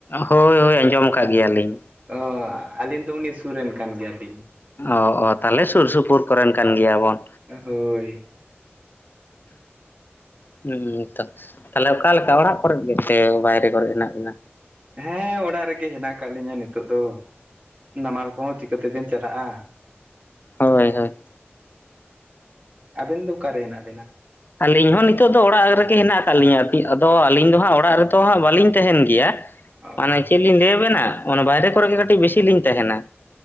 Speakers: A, on the left; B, on the right.
A: ᱦᱳᱭ ᱦᱳᱭ ᱟᱸᱡᱚᱢ ᱟᱠᱟᱫ ᱜᱮᱭᱟᱞᱤᱧ।
B: ᱚᱻ ᱟᱹᱞᱤᱧ ᱫᱚ ᱩᱱᱤ ᱥᱩᱨ ᱨᱮᱱ ᱠᱟᱱ ᱜᱮᱭᱟᱞᱤᱧ।
A: ᱚ ᱚ ᱛᱟᱞᱦᱮ ᱥᱩᱨ ᱥᱩᱯᱩᱨ ᱠᱚᱨᱮᱱ ᱠᱟᱱ ᱜᱮᱭᱟ ᱵᱚᱱ।
B: ᱦᱳᱭ।
A: ᱦᱩᱸ ᱛᱚ। ᱛᱟᱞᱦᱮ ᱚᱠᱟ ᱞᱮᱠᱟ ᱚᱲᱟᱜ ᱠᱚᱨᱮᱜ ᱜᱮ ᱥᱮ ᱵᱟᱭᱨᱮ ᱠᱚᱨᱮ ᱦᱮᱱᱟᱜ ᱵᱮᱱᱟ?
B: ᱦᱮᱸ ᱚᱲᱟᱜ ᱨᱮᱜᱮ ᱦᱮᱱᱟᱜ ᱟᱠᱟᱜ ᱞᱤᱧᱟᱹ ᱱᱤᱛᱚᱜ ᱫᱚ ᱱᱟᱢᱟᱞ ᱠᱚᱦᱚᱸ ᱪᱤᱠᱟᱹᱛᱮᱵᱤᱱ ᱪᱟᱞᱟᱜᱼᱟ।
A: ᱦᱳᱭ ᱦᱳᱭ।
B: ᱟᱵᱤᱱ ᱫᱚ ᱚᱠᱟᱨᱮ ᱦᱮᱱᱟᱜ ᱵᱤᱱᱟ।
A: ᱟᱹᱞᱤᱧ ᱦᱚᱸ ᱱᱤᱛᱚᱜ ᱫᱚ ᱚᱲᱟᱜ ᱨᱮᱜᱮ ᱦᱮᱱᱟᱜ ᱟᱠᱟᱫ ᱞᱤᱧᱟᱹ ᱟᱫᱚ ᱟᱹᱞᱤᱧ ᱫᱚ ᱦᱟᱸᱜ ᱚᱲᱟᱜ ᱨᱮᱫᱚ ᱦᱟᱸᱜ ᱵᱟᱹᱞᱤᱧ ᱛᱟᱦᱮᱱ ᱜᱮᱭᱟ
B: ᱚ
A: ᱢᱟᱱᱮ ᱪᱮᱫ ᱞᱤᱧ ᱞᱟᱹᱭ ᱟᱵᱮᱱᱟ ᱚᱱᱟ ᱵᱟᱭᱨᱮ ᱠᱚᱨᱮᱜ ᱜᱮ ᱠᱟᱹᱴᱤᱡ ᱵᱮᱥᱤ ᱞᱤᱧ ᱛᱟᱦᱮᱱᱟ।